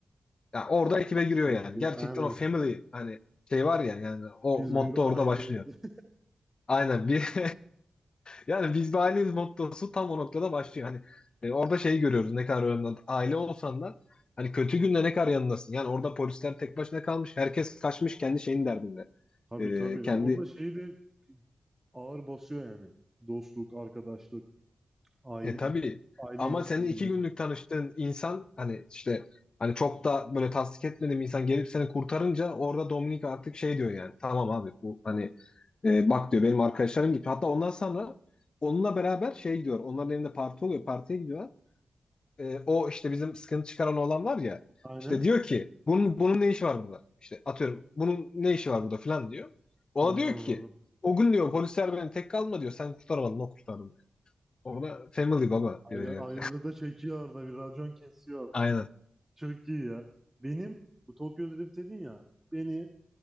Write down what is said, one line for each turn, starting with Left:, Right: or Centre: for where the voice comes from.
Left: Yani orada ekibe giriyor
Right: Çok
Left: yani. Gerçekten
Right: Aynen.
Left: o family hani şey var ya yani o
Right: Biz
Left: motto
Right: bir aileyiz.
Left: orada başlıyor.
Right: <laughs>
Left: Aynen bir <laughs> yani biz bir aileyiz mottosu tam o noktada başlıyor. Hani e, orada şeyi görüyoruz ne kadar önemli. Aile olsan da hani kötü günde ne kadar yanındasın. Yani orada polisler tek başına kalmış. Herkes kaçmış kendi şeyin derdinde.
Right: Tabii
Left: Ee,
Right: tabii.
Left: kendi
Right: Orada şeyi de ağır basıyor yani. Dostluk, arkadaşlık, aile,
Left: E tabii
Right: aile
Left: ama
Right: ilişkileri.
Left: senin iki günlük tanıştığın insan hani işte hani çok da böyle tasdik etmediğim insan gelip seni kurtarınca orada Dominik artık şey diyor yani tamam abi bu hani e, bak diyor benim arkadaşlarım gibi. Hatta ondan sonra onunla beraber şey gidiyor onların evinde parti oluyor partiye gidiyorlar. E, o işte bizim sıkıntı çıkaran olan var ya
Right: Aynen.
Left: işte diyor ki bunun, bunun ne işi var burada? İşte atıyorum bunun ne işi var burada falan diyor. Ona
Right: Anladım
Left: diyor ki
Right: anladım.
Left: o gün diyor polisler beni tek kalma diyor sen kurtaramadın o kurtardı diyor. Ona family baba
Right: Ay
Left: diyor yani.
Right: ayarı da çekiyor orada bir racon kesiyor orada.
Left: Aynen.
Right: Çok iyi ya. Benim bu Tokyo Drift dedin ya beni